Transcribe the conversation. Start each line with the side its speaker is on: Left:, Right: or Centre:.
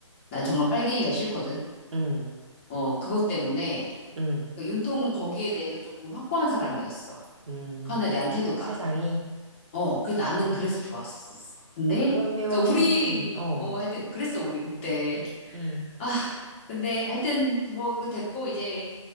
Left: 난 정말 빨갱이가 싫거든.
Right: 응,
Left: 어, 그것 때문에,
Right: 응,
Left: 그 윤통 거기에 대해서 조금 확고한 사람이었어.
Right: 음.
Left: 북한에 대한 태도가.
Right: 사상이?
Left: 어, 그 나는
Right: 응.
Left: 그래서 좋았었었어. 근데,
Right: 그러면,
Left: 그니까 우리,
Right: 어,
Left: 어, 하여튼, 그랬어, 우리 그때.
Right: 응.
Left: 아, 근데 하여튼, 뭐, 그 됐고, 이제,